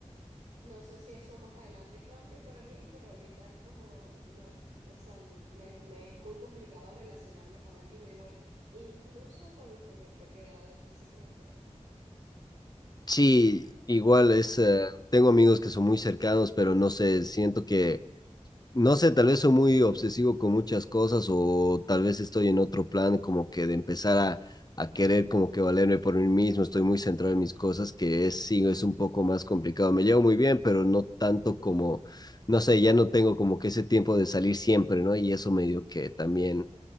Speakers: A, on the right; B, on the left.
A: No sé si eso más adelante cambie para mí, pero ahorita es como, no, o sea, n- me, me es muy complicado relacionarme con alguien menor, incluso con los de mi propia edad, es así como que, ay,
B: Sí, igual es, eh, tengo amigos que son muy cercanos, pero no sé, siento que No sé, tal vez soy muy obsesivo con muchas cosas o tal vez estoy en otro plan como que de empezar a, a querer como que valerme por mí mismo, estoy muy centrado en mis cosas, que es, sí, es un poco más complicado. Me llevo muy bien, pero no tanto como, no sé, ya no tengo como que ese tiempo de salir siempre, ¿no? Y eso medio que también